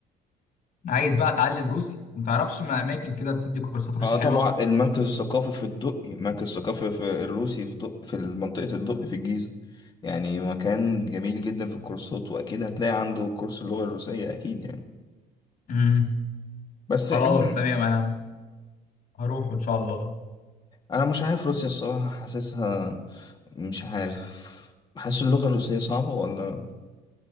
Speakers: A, on the left; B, on the left.
A: عايز بقى اتعلم روسي ما تعرفش ما اماكن كده بتدي كورسات روسي
B: اه طبعا
A: حلوة
B: المركز الثقافي في الدقي المركز الثقافي في الروسي في دق في منطقه الدقي في الجيزه يعني مكان جميل جدا في الكورسات واكيد هتلاقي عنده كورس اللغه الروسيه اكيد يعني
A: امم
B: بس
A: خلاص
B: انا
A: تمام انا هروح ان شاء الله
B: أنا مش عارف روسيا الصراحه حاسسها مش عارف حاسس اللغه الروسيه صعبه ولا